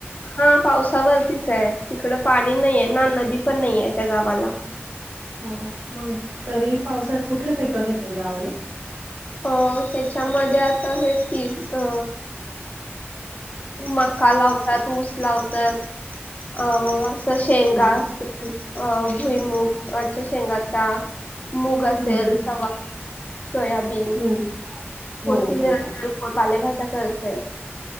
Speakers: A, on the left; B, on the right.
A: हा पावसावरतीच आहे तिकड पाणी नाही आहे ना नदी पण नाहीे त्या गावाला.
B: हो मग तरी पावसात कुठल पिकं घेतात गावाला.
A: अ ह्याच्यामध्ये आता हेच की अ मका लावतात, ऊस लावतात अ शेंगा
B: हम्म
A: असतील अ भुईमुगच्या शेंगाचा. मुग असेल
B: हम्म
A: सवारी, सोयाबीन.
B: हम्म हो
A: कोथिंबीर
B: हो हो
A: <unintelligible> पालेभाजा करते.